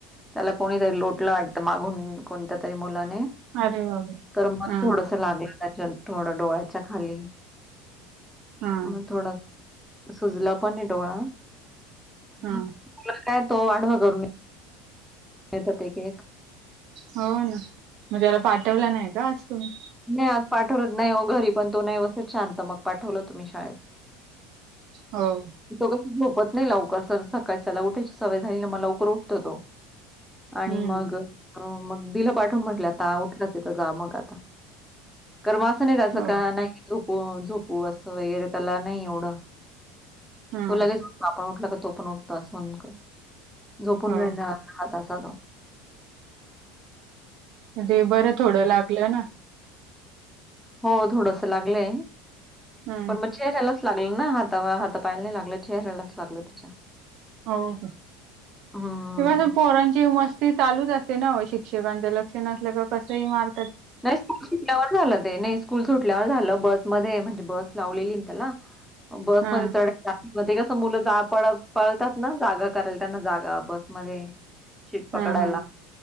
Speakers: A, in the centre; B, on the right.
A: त्याला कोणीतरी लोटलं वाटतं मागून कोणत्या तरी मुलाने
B: अरे बाबा
A: तर म
B: हा
A: थोडस लागल. त्याच्या थोडं डोळ्याच्या खाली
B: हा
A: मग थोड सुजला पण ये डोळा
B: हा
A: मग काय तो वाढवा करून एक होते की एक
B: हो ना, मग त्याला पाठवलं नाही का आज तुम्ही?
A: नाही आज पाठवलंत. नाही घरी पण तो नाही बसत शांत, मग पाठवलं त मी शाळेत.
B: हो.
A: तो कसं झोपत नाही लवकर सर सकाळच्याला उठायची सवय झाली ना, म लवकर उठतो तो.
B: हम्म
A: आणि मग मग दिलं पाठवून म्हटलं, आता उठलाच हाय तर जा मग आता. कर् म अस नाही त्यांच
B: हो
A: का? नाही झोपू झोपू असं वगैरे त्याला नाही एवढं.
B: हम्म
A: तो लगेच पापा उठला का तो पण उठतो, अस म्हण कर झोपून
B: हो
A: नाही राहणार. हाता साधो
B: तेे बरं थोडं लागलं ना.
A: हो थोडंस लागलंय,
B: हम्म
A: पण म चेहऱ्यालाच लागल ना, हाता पायाला नाही लागलं, चेहऱ्यायलाच लागलं तेच्या.
B: हो का?
A: हं.
B: ते अस पोरांची मस्त ती चालूच असते ना ओ, शिक्षकांच लक्ष नसलं की कसं ही मार
A: नाही स्कूल सुटल्यावर झालं ते, नाही स्कूल सुटल्यावर झालं. बस मध्ये म्हणजे बस लावलेली त्याला बसमध्ये
B: हा
A: चढ ट्रॅफिक मध्ये कस मुलं जा पळ पळतात ना, जागा करायला त्यांना जागा बसमध्ये शीट पकडायला
B: हा हा